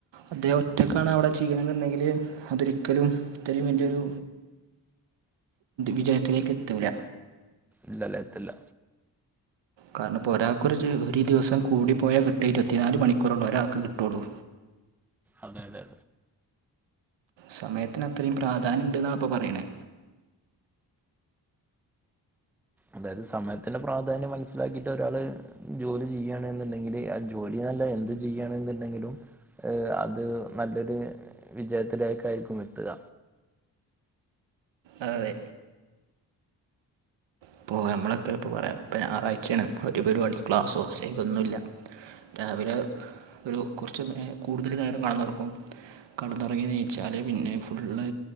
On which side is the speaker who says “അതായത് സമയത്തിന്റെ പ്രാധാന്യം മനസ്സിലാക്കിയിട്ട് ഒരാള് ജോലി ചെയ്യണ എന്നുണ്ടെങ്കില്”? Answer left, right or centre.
Centre